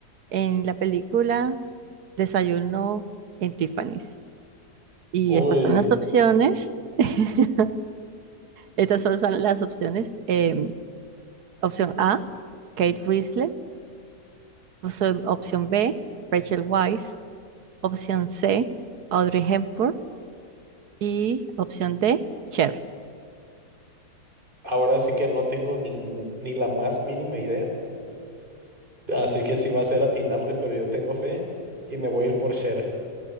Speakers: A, on the right (about 70°); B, on the right (about 30°).
A: en la película Desayuno en Tiffany's? Y
B: Uy,
A: estas son las opciones. <laughs> Estas son son las opciones. em, opción A, Kate Winslet. Opción, opción B, Rachel Weisz. Opción C, Audrey Hepburn. Y opción D, Cher.
B: ahora sí que no tengo ningú- ni la más mínima idea, así que sí va a ser atinarle, pero yo tengo fe y me voy a ir por Cher.